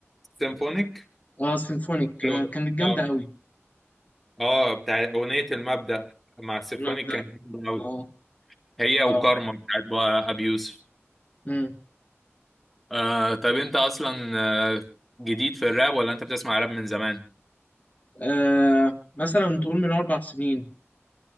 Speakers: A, in the centre; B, on the left.
A: سيمفونيك
B: أه سيمفونيك
A: حلو.
B: آه كانت جامدة
A: اه
B: أوي
A: اه بتاع اغنيه المبدأ مع السيمفونيك
B: المبدأ
A: كان جامد قوي
B: أه
A: هي وكارما
B: أه
A: بتاعت بقى ابي يوسف
B: أمم
A: آه طب انت اصلا آه، جديد في الراب ولا انت بتسمع راب من زمان
B: آه مثلا تقول من أربع سنين